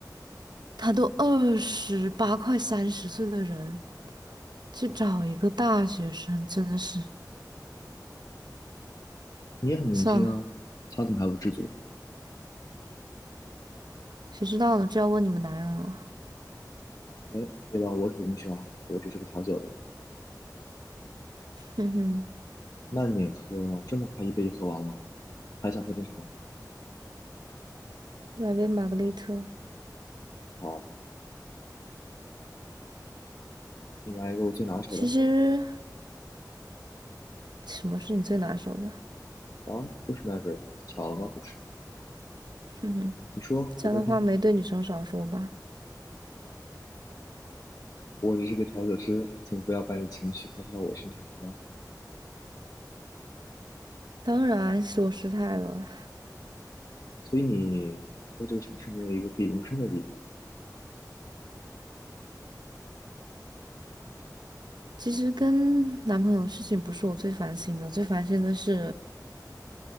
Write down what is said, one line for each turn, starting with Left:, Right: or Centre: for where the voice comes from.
Right: 他都二十八快三十岁的人，去找一个大学生，真的是
Left: 你也很年轻啊，
Right: 算了，
Left: 他怎么还不知足？
Right: 谁知道呢？这要问你们男人了。
Left: 哎，别把我扯进去啊，我只是个调酒的，
Right: 哼哼。
Left: 慢点喝，这么快一杯就喝完了，还想喝点什么？
Right: 来杯玛格丽特。
Left: 好，你来一个我最拿手的。
Right: 其实什么是你最拿手的？
Left: 啊，就是 Margaret，巧了吗？不是，
Right: 哼哼，
Left: 你说，
Right: 这样的话没对女生少说吧。
Left: 我在听呢。我只是个调酒师，请不要把你的情绪发泄到我身上，好吗？
Right: 当然是我失态了。
Left: 所以你在这个城市没有一个可以容身的地方，
Right: 其实跟男朋友的事情不是我最烦心的，最烦心的是